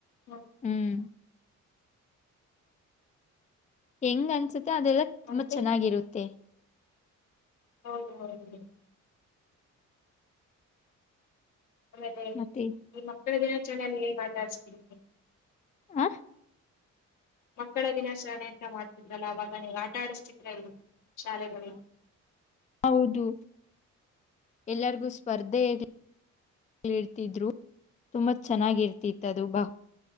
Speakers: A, on the left (about 80°); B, on the left (about 25°).
A: ಹಾ.
B: ಹ್ಮ್. ಹೆಂಗ್ ಅನ್ಸುತ್ತೆ ಅದೆಲ್ಲ
A: ಮತ್ತೆ
B: ತುಂಬಾ ಚೆನ್ನಾಗಿರುತ್ತೆ.
A: ಹೌದು ಹೌದು ಹೌ ಆಮೇಲೆ
B: ಮತ್ತೆ
A: ಈ ಮಕ್ಕಳ ದಿನಾಚರಣೆೆಯಲ್ಲಿ ಹೇಗೆ ಆಟ ಆಡಿಸ್ತೀರಿ.
B: ಆ.
A: ಮಕ್ಕಳ ದಿನಾಚರಣೆ ಅಂತ ಮಾಡ್ತಿದ್ರಲ್ಲ ಅವಾಗ ನೀವ ಆಟ ಆಡಸ್ತಿದ್ರ ಇಲ್ಲ ಶಾಲೆನಲ್ಲಿ.
B: ಹೌದು ಎಲ್ಲಾರಿಗೂ ಸ್ಪರ್ಧೆೆಗೆ ಇರ್ತಿದ್ರು ತುಂಬಾ ಚೆನ್ನಾಗಿ ಇರ್ತಿತ್ತದು ಬ